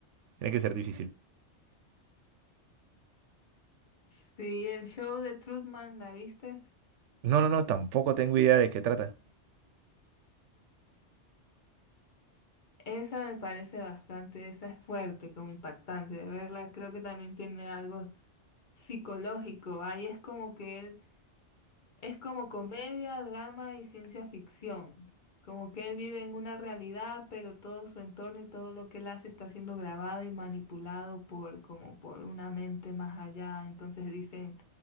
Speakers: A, on the right; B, on the left.
A: Tiene que ser difícil.
B: Sí, el show de Truman, ¿la viste?
A: No, no, no, tampoco tengo idea de qué trata.
B: Esa me parece bastante, esa es fuerte, como impactante de verla. Creo que también tiene algo psicológico. Ahí es como que él, es como comedia, drama y ciencia ficción. Como que él vive en una realidad, pero todo su entorno y todo lo que él hace está siendo grabado y manipulado por, como por una mente más allá. Entonces dicen